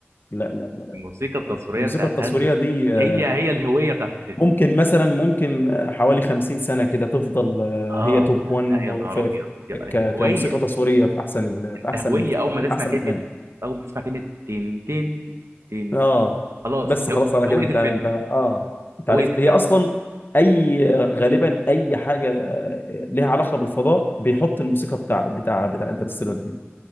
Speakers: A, on the left (about 50°); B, on the right (about 85°).
A: لا لا لا
B: الموسيقى التصويريه
A: الموسيقى
B: بتاعت
A: التصويرية
B: هانز
A: دي آه،
B: هي هي الهويه بتاعت الفيلم
A: ممكن مثلا ممكن آه، حوالي 50 سنة كده تفضل آه،
B: اه
A: هي توب
B: لا
A: 1
B: لا
A: م-
B: يا نهار
A: في-
B: ابيض يا-
A: في- ك-
B: هويه
A: كموسيقى تصويرية في احسن ال-
B: انت
A: في احسن
B: هويه اول ما
A: من
B: تسمع
A: احسن
B: كلمه
A: افلام
B: اول ما تسمع كلمه تن تن تن
A: اه
B: خلاص
A: بس
B: هو-
A: خلاص على كده
B: هويه
A: انت
B: الفيلم
A: انت اه انت
B: هويه
A: عرفت
B: الفيلم
A: هي اصلا اي غالبا اي حاجة آه، لها علاقة بالفضاء بيحط الموسيقى بتاع بتاع بتاع انترستيلر دي